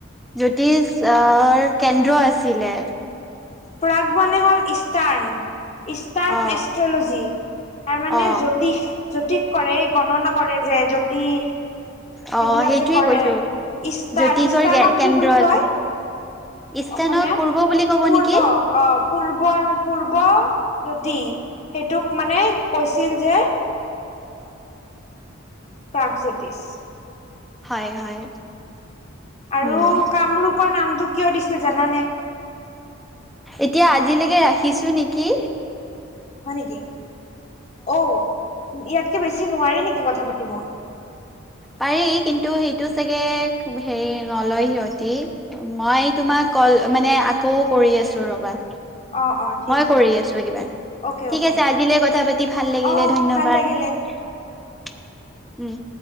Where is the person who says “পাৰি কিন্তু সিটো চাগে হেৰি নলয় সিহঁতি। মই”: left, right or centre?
Centre